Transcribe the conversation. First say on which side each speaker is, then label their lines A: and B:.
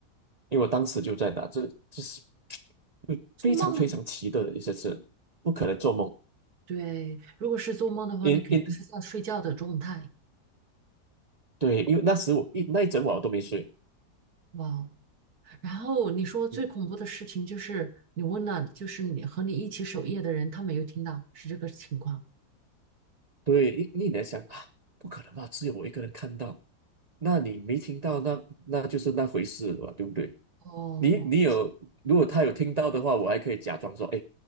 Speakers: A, on the right (about 85°); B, on the right (about 60°).
A: 因为我当时就在那，这这是会非常非常奇特的一些事，
B: 做梦，
A: 不可能做梦。
B: 对，如果是做梦的话，
A: 因因
B: 你肯定是在睡觉的状态。
A: 对，因为那时我一那一整晚我都没睡。
B: 哇哦，然后你说最恐怖的事情就是你问了，
A: 嗯，
B: 就是你和你一起守夜的人，他没有听到，是这个情况。
A: 对，一你在想啊，不可能吧？只有我一个人看到，那你没听到，那那就是那回事了吧，对不对？
B: 哦，
A: 你你有，如果他有听到的话，我还可以假装说，哎，